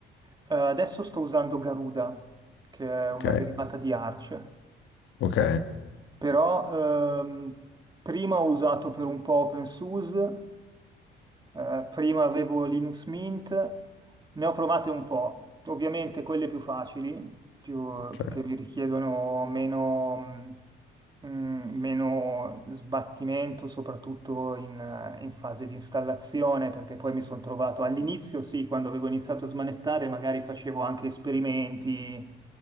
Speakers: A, on the right; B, on the left.
A: Eh, adesso sto usando Garuda, che è una
B: Ok,
A: derivata di Arch,
B: ok,
A: però ehm, prima ho usato per un po' OpenSUSE Eh, prima avevo Linux Mint, ne ho provate un po', ovviamente quelle più facili, più,
B: ok,
A: che mi richiedono meno, mh, mh, meno sbattimento, soprattutto in, eh, in fase di installazione, perché poi mi sono trovato all'inizio, sì, quando avevo iniziato a smanettare, magari facevo anche esperimenti,